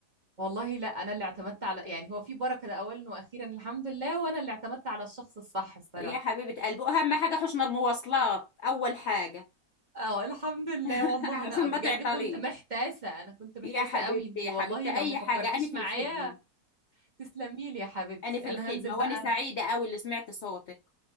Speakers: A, on the right; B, on the left.
A: والله لا انا اللي اعتمدت على يعني هو في بركه ده اولا واخيرا الحمد لله وانا اللي اعتمدت على الشخص الصح الصراحه
B: يا حبيبة قلبي أهم حاجة حشنا المواصلات أول حاجة
A: اه الحمد لله
B: <laughs>
A: والله انا
B: عشان
A: بجد
B: ما تعطليش
A: كنت محتاسه انا كنت محتاسه
B: يا حبيبتي
A: قوي انتي
B: يا حبيبتي
A: والله لو
B: أي
A: ما فكرتيش
B: حاجة أنا في
A: معايا
B: الخدمة
A: تسلمي لي يا حبيبتي
B: أنا في الخدمة
A: انا هنزل بقى
B: وأنا سعيدة أوي اللي سمعت صوتك